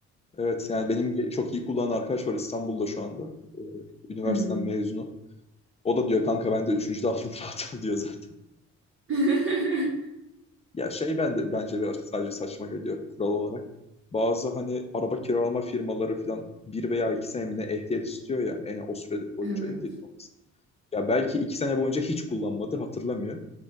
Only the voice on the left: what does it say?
Evet yani benim bir çok iyi kullanan arkadaş var İstanbul'da şu anda. Ee, üniversiteden
mezunu. O da diyor kanka ben de üçüncüde aldım <laughs> rahat ol diyor zaten.
Ya şey ben de bence biraz sadece saçma geliyor kural olarak. Bazı hani araba kiralama firmaları falan bir veya iki sene mi ne ehliyet istiyor ya. Yani o süre boyunca
ehliyetin olması. Ya belki iki sene boyunca hiç kullanmadı hatırlamıyor.